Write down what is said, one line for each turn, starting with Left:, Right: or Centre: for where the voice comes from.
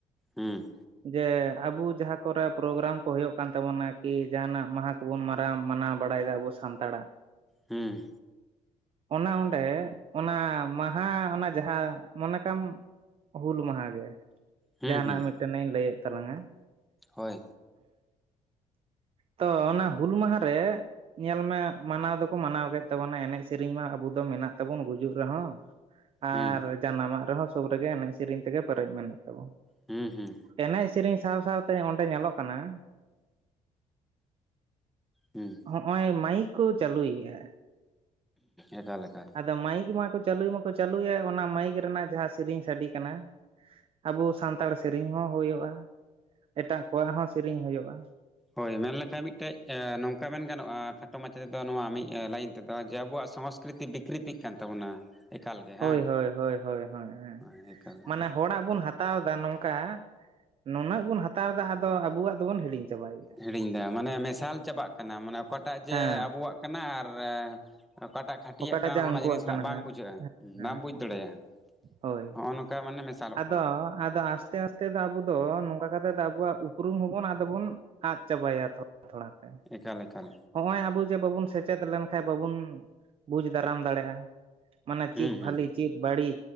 Centre: ᱦᱩᱸ᱾
Right: ᱡᱮ ᱟᱵᱚ ᱡᱟᱦᱟᱸ ᱠᱚᱨᱮ ᱯᱨᱳᱜᱨᱟᱢ ᱠᱚ ᱦᱩᱭᱩᱜ ᱠᱟᱱ ᱛᱟᱵᱚᱱᱟ ᱠᱤ ᱡᱟᱦᱟᱱᱟᱜ ᱢᱟᱦᱟ ᱠᱚᱵᱚᱱ ᱢᱟᱨᱟᱣ ᱢᱟᱱᱟᱣ ᱵᱟᱲᱟᱭᱮᱫᱟ ᱟᱵᱚ ᱥᱟᱱᱛᱟᱲᱟᱜ᱾
Centre: ᱦᱩᱸ᱾
Right: ᱚᱱᱟ ᱚᱰᱮ, ᱚᱱᱟ ᱢᱟᱦᱟ ᱚᱱᱟ ᱡᱟᱦᱟᱸ ᱢᱚᱱᱮ ᱠᱟᱜᱟᱢ ᱦᱩᱞ ᱢᱟᱦᱟ ᱜᱮ᱾
Centre: ᱦᱩᱸ
Right: ᱡᱟᱦᱟᱱᱟᱜ
Centre: ᱦᱩᱸ
Right: ᱢᱤᱫᱴᱮᱱ ᱤᱧ ᱞᱟᱹᱭᱮᱫ ᱛᱟᱞᱟᱝᱟ᱾
Centre: ᱦᱳᱭ
Right: ᱛᱚ ᱚᱱᱟ ᱦᱩᱞ ᱢᱟᱦᱟ ᱨᱮ ᱧᱮᱞ ᱢᱮ ᱢᱟᱱᱟᱣ ᱫᱚᱠᱚ ᱢᱟᱱᱟᱣ ᱠᱮᱫ ᱛᱟᱵᱚᱱᱟ ᱮᱱᱮᱡ ᱥᱮᱨᱮᱧ ᱢᱟ ᱟᱵᱚ ᱫᱚ ᱢᱮᱱᱟᱜ ᱛᱟᱵᱚᱱ ᱜᱩᱡᱩᱜ ᱨᱮᱦᱚᱸ᱾
Centre: ᱦᱩᱸ
Right: ᱟᱨ ᱡᱟᱱᱟᱢᱟᱜ ᱨᱮᱦᱚᱸ ᱥᱩᱨ ᱨᱮᱜᱮ ᱮᱱᱮᱡ ᱥᱮᱨᱮᱧ ᱛᱮᱜᱮ ᱯᱮᱨᱮᱡ ᱢᱮᱱᱟᱜ ᱛᱟᱵᱚᱱᱟ᱾
Centre: ᱦᱩᱸ ᱦᱩᱸ᱾
Right: ᱮᱱᱮᱡ ᱥᱮᱨᱮᱧ ᱥᱟᱶ ᱥᱟᱶ ᱛᱮ ᱚᱸᱰᱮ ᱧᱮᱞᱚᱜ ᱠᱟᱱᱟ᱾
Centre: ᱦᱩᱸ᱾
Right: ᱦᱚᱜᱼᱚᱭ ᱢᱟᱭᱤᱠ ᱠᱚ ᱪᱟᱹᱞᱩᱭᱮᱫᱼᱟ᱾
Centre: ᱮᱠᱟᱞ ᱮᱠᱟᱞ
Right: ᱟᱫᱚ ᱢᱟᱭᱤᱠ ᱢᱟᱠᱚ ᱪᱟᱹᱞᱩ ᱢᱟᱠᱚ ᱪᱟᱹᱞᱩᱭᱮᱫ ᱚᱱᱟ ᱢᱟᱭᱤᱠ ᱨᱮᱱᱟᱜ ᱡᱟᱦᱟᱸ ᱥᱮᱨᱮᱧ ᱥᱟᱰᱤ ᱠᱟᱱᱟ ᱟᱵᱚ ᱥᱟᱱᱛᱟᱲ ᱥᱮᱨᱮᱧ ᱦᱚᱸ ᱦᱩᱭᱩᱜᱼᱟ ᱮᱴᱟᱜ ᱠᱚᱣᱟᱜ ᱦᱚᱸ ᱥᱮᱨᱮᱧ ᱦᱩᱭᱩᱜᱼᱟ᱾
Centre: ᱦᱳᱭ ᱢᱮᱱᱞᱠᱷᱟᱡ ᱢᱤᱫᱴᱮᱡ ᱮᱸ ᱱᱚᱝᱠᱟ ᱢᱮᱱ ᱜᱟᱱᱚᱜᱼᱟ ᱠᱷᱟᱴᱚ ᱢᱟᱪᱷᱟ ᱛᱮᱫᱚ ᱱᱚᱣᱟ ᱢᱤᱫ ᱞᱟᱭᱤᱱ ᱛᱮᱫᱚ ᱟᱵᱚᱣᱟᱜ ᱥᱚᱝᱥᱠᱨᱤᱛᱤ ᱵᱤᱠ ᱠᱤᱨᱤᱛᱤᱜ ᱠᱟᱱ ᱛᱟᱵᱚᱱᱟ ᱮᱠᱟᱞ ᱜᱮ
Right: ᱦᱳᱭ
Centre: ᱦᱟᱸᱜ
Right: ᱦᱳᱭ ᱦᱳᱭ ᱦᱳᱭ ᱦᱳᱭ
Centre: ᱚ ᱦᱮᱸ ᱮᱠᱟᱞ
Right: ᱢᱟᱱᱮ
Centre: ᱮᱠᱟᱞ
Right: ᱦᱚᱲᱟᱜ ᱵᱚᱱ ᱦᱟᱛᱟᱣ ᱮᱫᱟ ᱱᱚᱝᱠᱟ ᱱᱩᱱᱟᱹᱜ ᱵᱚᱱ ᱦᱟᱛᱟᱣ ᱮᱫᱟ ᱟᱫᱚ ᱟᱵᱚᱣᱟᱜ ᱫᱚᱵᱚᱱ ᱦᱤᱲᱤᱧ ᱪᱟᱵᱟᱭᱮᱜᱼᱟ᱾
Centre: ᱦᱤᱲᱤᱧ ᱫᱟ ᱢᱟᱱᱮ ᱢᱮᱥᱟᱞ ᱪᱟᱵᱟᱜ ᱠᱟᱱᱟ ᱢᱟᱱᱮ ᱚᱠᱟᱴᱟᱜ ᱡᱮ
Right: ᱦᱮᱸ
Centre: ᱟᱵᱚᱣᱟᱜ ᱠᱟᱱᱟ ᱟᱨ ᱚᱠᱟᱴᱟᱜ ᱠᱷᱟᱹᱴᱤᱭᱟᱜ
Right: ᱚᱠᱟᱴᱟᱜ
Centre: ᱠᱟᱱᱟ
Right: ᱡᱟ ᱩᱱᱠᱩᱣᱟᱜ
Centre: ᱚᱱᱟ ᱡᱤᱱᱤᱥ
Right: ᱠᱟᱱᱟ
Centre: ᱦᱟᱸᱜ ᱵᱟᱝ ᱵᱩᱡᱷᱟᱹᱜᱼᱟ
Right: ᱦᱮᱸ
Centre: ᱵᱟᱢ ᱵᱩᱡᱽ ᱫᱟᱲᱮᱭᱟᱜᱼᱟ ᱾
Right: ᱦᱳᱭ᱾
Centre: ᱱᱚᱜᱼᱚᱭ ᱱᱚᱠᱟ ᱢᱟᱱᱮ ᱢᱮᱥᱟᱞᱚᱜ᱾
Right: ᱟᱫᱚ ᱟᱫᱚ ᱟᱥᱛᱮ ᱟᱥᱛᱮ ᱫᱚ ᱟᱵᱚ ᱫᱚ ᱱᱚᱝᱠᱟ ᱠᱟᱛᱮ ᱟᱵᱚᱣᱟᱜ ᱩᱯᱨᱩᱢ ᱦᱚᱸᱵᱚᱱ ᱟᱫᱚ ᱵᱚᱱ ᱟᱫ ᱪᱟᱵᱟᱭᱟ ᱛᱷᱚᱲᱟ ᱛᱷᱚᱲᱟ ᱛᱮ ᱾
Centre: ᱮᱠᱟᱞ ᱮᱠᱟᱞ
Right: ᱦᱚᱸᱜᱼᱚᱭ ᱟᱵᱚ ᱡᱮ ᱵᱟᱵᱚᱱ ᱥᱮᱪᱮᱫ ᱞᱮᱱᱠᱷᱟᱱ ᱵᱟᱵᱚᱱ ᱵᱩᱡᱽ ᱫᱟᱨᱟᱢ ᱫᱟᱲᱮᱜᱼᱟ᱾ ᱢᱟᱱᱮ
Centre: ᱦᱩᱸ
Right: ᱪᱮᱫ ᱵᱷᱟᱞᱤ
Centre: ᱦᱩᱸ
Right: ᱪᱮᱫ ᱵᱟᱹᱲᱤᱡ